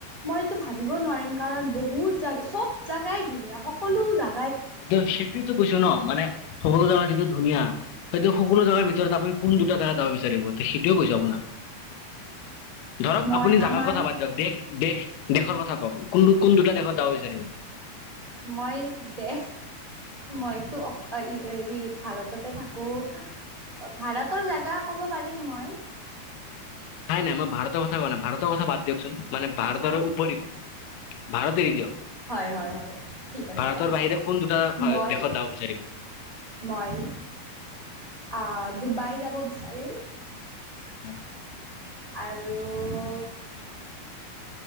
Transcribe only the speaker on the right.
মইতো ভাবিব নোৱাৰিম কাৰণ বহুত জাগা, চব জাগাই ধুনীয়া, সকলো জা
মই
আমাৰ
মই দে মইতো অ' ই হেৰি ভাৰততে থাকোঁ। ভাৰতৰ জাগা ক'ব পাৰিম মই।
আচ্ছা
হয় হয় হয় ঠিক আছে
মই
মই আ, ডুবাই যাব বিচাৰিম
আৰু